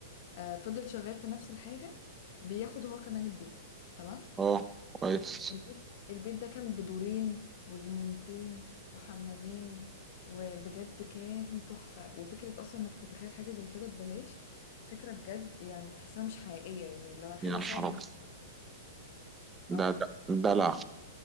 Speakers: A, on the left; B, on the right.
A: آه، فضل شغال في نفس الحاجة بياخد هو كمان البيت تمام
B: اه كويس
A: البيت البيت ده كان بدورين وجنينتين وحمامين وبجد كان تحفة وفكرة أصلا إنك تتخيل حاجة زي كده ببلاش فكرة بجد يعني تحسها مش حقيقية يعني لو حاجة
B: يا نهار
A: صعب
B: ابيض
A: اه
B: ده ده دلع